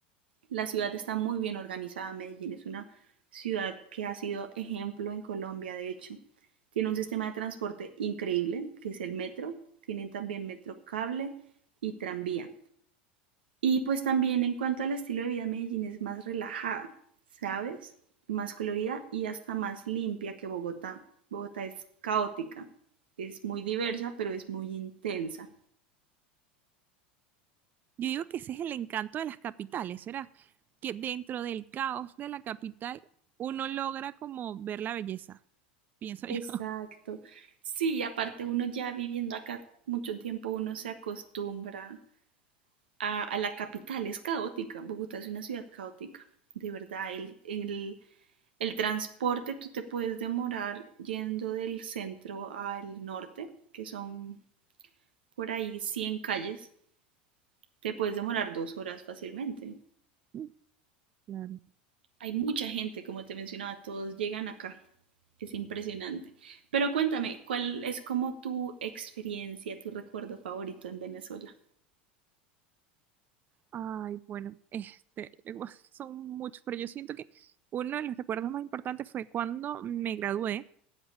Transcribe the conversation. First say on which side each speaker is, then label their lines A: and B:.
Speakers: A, on the right; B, on the right.
A: La ciudad está muy bien organizada, Medellín es una ciudad que ha sido ejemplo en Colombia, de hecho. Tiene un sistema de transporte increíble, que es el metro, tienen también metro cable y tranvía. Y pues también en cuanto al estilo de vida, Medellín es más relajada, ¿sabes? Más colorida y hasta más limpia que Bogotá. Bogotá es caótica, es muy diversa, pero es muy intensa.
B: Yo digo que ese es el encanto de las capitales, ¿será? Que dentro del caos de la capital uno logra como ver la belleza, pienso
A: Exacto.
B: yo.
A: Sí, aparte uno ya viviendo acá mucho tiempo, uno se acostumbra a, a la capital, es caótica. Bogotá es una ciudad caótica, de verdad. El, el, el transporte, tú te puedes demorar yendo del centro al norte, que son por ahí 100 calles, te puedes demorar dos horas fácilmente.
B: <laughs> Claro.
A: Hay mucha gente, como te mencionaba, todos llegan acá. Es impresionante. Pero cuéntame, ¿cuál es como tu experiencia, tu recuerdo favorito en Venezuela?
B: Ay, bueno, este, luego <laughs> son muchos, pero yo siento que uno de los recuerdos más importantes fue cuando me gradué.